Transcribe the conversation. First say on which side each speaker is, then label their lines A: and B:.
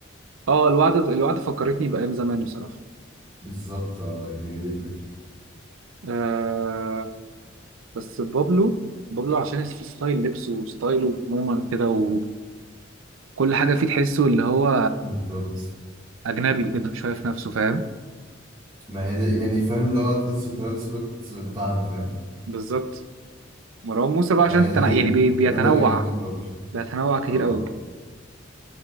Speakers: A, on the right; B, on the right.
A: اه الوعد الوعد فكرتني بايام زمان بصراحه
B: بالظبط اه يعني هي دي الفكرة
A: آه، بس بابلو بابلو عشان ستايل لبسه وستايله عموما كده وكل حاجة فيه تحسه اللي هو
B: بالظبط
A: أجنبي كده مش شايف نفسه فاهم
B: ما هي دي يعني فاهم اللي هو تحس ترافيس سكوت بتاعنا فاهم
A: بالظبط مروان موسى بقى عشان
B: فهي
A: تنا...
B: دي
A: يعني
B: ال...
A: بي... بيتنوع
B: ده اللي بيعجبني في بابلو
A: بيتنوع كتير
B: اه
A: قوي